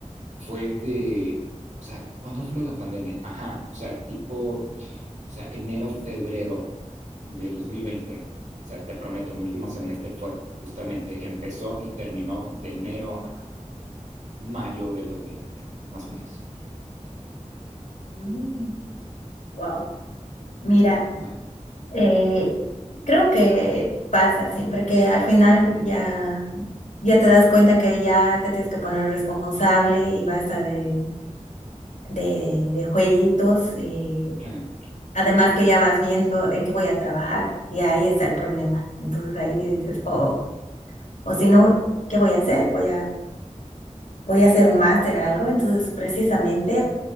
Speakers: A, on the right; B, on the left.
A: fue de, o sea, ¿cuándo fue lo de la pandemia? Ajá, o sea, tipo, o sea, enero, febrero del dos mil veinte o sea, te prometo, mi último semestre fue justamente, empezó y terminó de enero a mayo del 2020 más o menos.
B: <laughs> Wow. Mira,
A: Ajá,
B: eh, creo que pasa siempre que al final ya, ya te das cuenta que ya te tienes que poner responsable y basta de, de, de jueguitos y
A: ah,
B: además que ya vas viendo en qué voy a trabajar y ahí está el problema. Entonces ahí dices, oh, oh, o si no, ¿qué voy a hacer? Voy a voy a hacer un máster, algo. Entonces, precisamente,